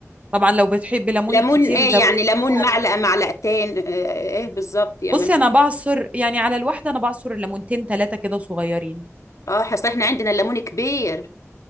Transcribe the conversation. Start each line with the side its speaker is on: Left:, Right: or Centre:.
Right: طبعا لو بتحبي ليمون
Left: ليمون
Right: الكتير
Left: ايه
Right: زودي
Left: يعني ليمون
Right: فيها
Left: معلقة
Right: ال-
Left: معلقتين آه، آه، ايه بالظبط يعني
Right: بصي أنا بعصر يعني على الواحدة أنا بعصر ليمونتين ثلاثة كده صغيرين
Left: اه اصل احنا عندنا الليمون كبير